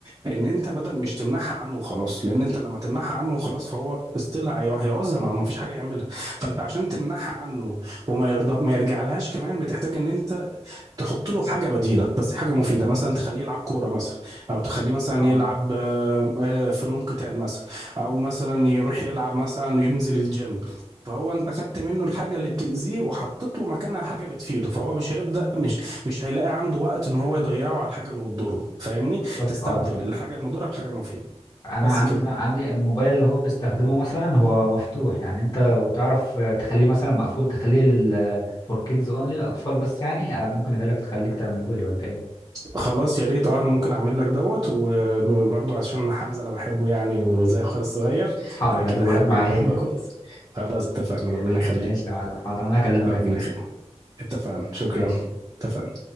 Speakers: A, on the right (about 35°); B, on the left (about 35°).
A: ان انت بدل مش تمنعها عنه وخلاص لان انت لما تمنعها عنه وخلاص فهو استيل هيعوزها ما ما فيش حاجة يعملها فانت عشان تمنعها عنه وما يرضى ما يرجع لهاش كمان بتحتاج ان انت تحط له حاجه بديله بس حاجه مفيده مثلا تخليه يلعب كوره مثلا او تخليه مثلا
B: اه
A: يلعب آه، آه، فنون قتال مثلا او مثلا يروح يلعب مثلا ينزل الجيم فهو انت خدت منه الحاجه اللي بتاذيه وحطيت له مكانها حاجه بتفيده فهو مش هيبدا مش مش هيلاقي عنده وقت ان هو يضيعه على الحاجه اللي بتضره فاهمني
B: بالظبط
A: تستبدل
B: اه طب
A: الحاجه المضره بحاجه مفيده
B: انا
A: بس
B: عندي
A: كده
B: عندي الموبايل اللي هو بيستخدمه مثلا هو مفتوح يعني انت لو تعرف تخليه مثلا مقفول تخليه لل فور كيدز اونلي للاطفال بس يعني آه، ممكن اجيلك تخليك تعمله لي ولا ايه
A: خلاص يا ريت اه انا ممكن اعمل لك دوت وبرضه عشان حمزة انا بحبه يعني وزي اخويا الصغير
B: حاضر
A: فاكيد
B: هجيبه
A: هحب
B: لك معايا
A: ان هو يبقى كويس خلاص اتفقنا ربنا
B: <laughs>
A: يخليك
B: ماشي يا معلم. حاضر انا هكلمك
A: ربنا
B: اكيد
A: يخليك اتفقنا شكرا
B: ماشي
A: اتفقنا